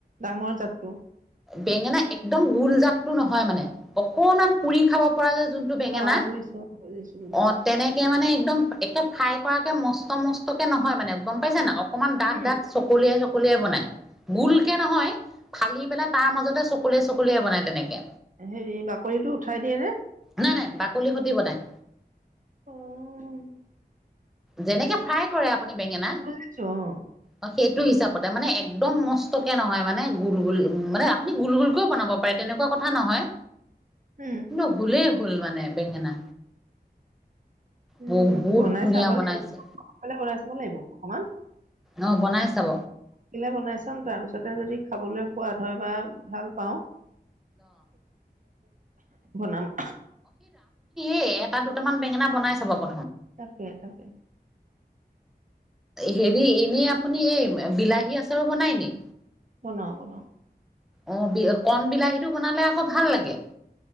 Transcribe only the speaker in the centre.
বেঙেনা একদম গোলজাতটো নহয় মানে অকনমান পুৰি খাব পৰা যায় যোনটো বেঙেনা।
অ' তেনেকে মানে একদম এক্কে ফ্ৰাই কৰাকে মস্ত মস্তকে নহয় মানে, গম পাইছে নে? অকনমান ডাঠ
- ডাঠ চকলিয়াই কলিয়াই বনায়। গোলকে নহয়, ফালি পেলাই তাৰ মাজতে চকলিয়া চকলিয়াই বনায় তেনেকে।
নাই - নাই, বাকলিৰ সতি বনায়।
যেনেকে ফ্ৰাই কৰে আপুনি বেঙেনা
অ সেইটো। হিচাপতে মানে একদম মস্তকে নহয়। মানে গোল গোল মানে আপুনি গুল গোলকেও বনাব পাৰে। তেনেকুৱা নহয়।
কিন্তু হুলেই হুল মানে বেঙেনা
বহুত।
ধুনীয়া
বনাইছে।
অ বনাই চাব।
এ এটা দুটামান বেঙেনা বনাই চাব প।
হেৰি এনেই আপুনি এই বিলাহী আচাৰো বনায় নি?
অ বি কণ বিলাহীটো বনালে আকৌ ভাল লাগে।